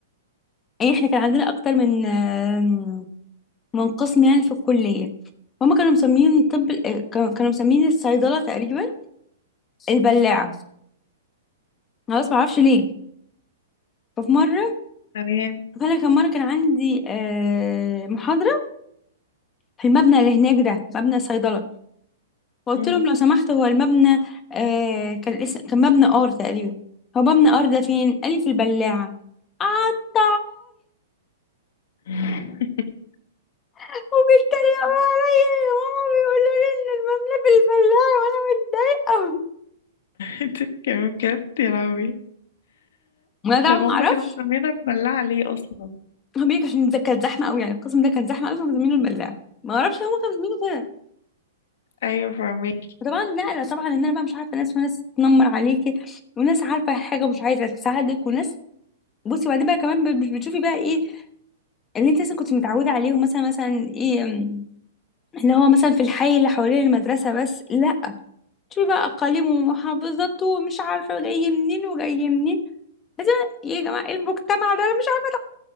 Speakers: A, on the left; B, on the left.
A: يعني احنا كان عندنا اكتر من آم، من قسم يعني في الكليه هما كانوا مسمين طب ال- كانوا كانوا مسمين الصيدله تقريبا البلاعه خلاص ما اعرفش ليه ففي مره
B: تمام
A: فانا كان مره كان عندي آه، محاضره في المبنى اللي هناك ده مبنى الصيدله فقلت
B: مم.
A: لهم لو سمحت هو المبنى آه، كان الاسم كان مبنى ار تقريبا هو مبنى ار ده فين قال لي في البلاعه قعدت
B: <laughs>
A: وبيتريقوا عليا وماما بيقولوا لي ان المبنى بالبلال وانا متضايقه
B: انت كمان بجد يا لهوي
A: وانا طبعا
B: طب
A: ما
B: هما
A: اعرفش
B: كانوا مسمينا مبلعة ليه أصلا
A: هو بيقولك عشان ده كان زحمه قوي يعني القسم ده كان زحمه قوي فكانوا مسمينه البلاع ما اعرفش هما كانوا مسمينه كده
B: أيوة فاهمة
A: فطبعا نقله طبعا ان انا بقى مش عارفه ناس وناس تنمر عليكي وناس عارفه حاجه ومش عايزه تساعدك وناس بصي وبعدين بقى كمان بت- بتشوفي بقى ايه اللي انت مثلا كنت متعوده عليهم مثلا مثلا ايه م، اللي هو مثلا في الحي اللي حوالين المدرسه بس لا شوفي بقى اقاليم ومحافظات ومش عارفه جاي منين وجاي منين لازم يا جماعة المجتمع ده أنا مش عارفة